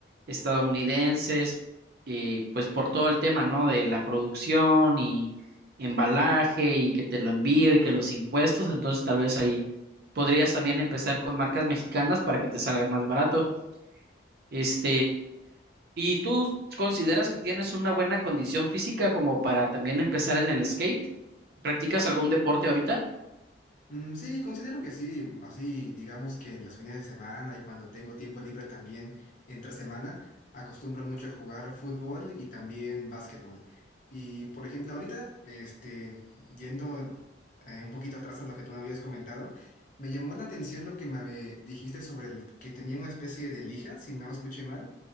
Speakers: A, on the right; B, on the left.
A: estadounidenses, eh, pues por todo el tema, ¿no? De la producción y embalaje y que te lo envío y que los impuestos, entonces tal vez ahí podrías también empezar con marcas mexicanas para que te salga más barato. Este, ¿Y tú consideras que tienes una buena condición física como para también empezar en el skate? ¿Practicas algún deporte ahorita?
B: Mm, sí, considero que sí, así digamos que en los fines de semana y cuando tengo tiempo libre también entre semana, acostumbro mucho a jugar fútbol y también básquetbol. Y por ejemplo, ahorita, este, yendo eh, un poquito atrás a lo que tú me habías comentado, me llamó la atención lo que me habe- dijiste sobre el que tenía una especie de lija, si no escuché mal,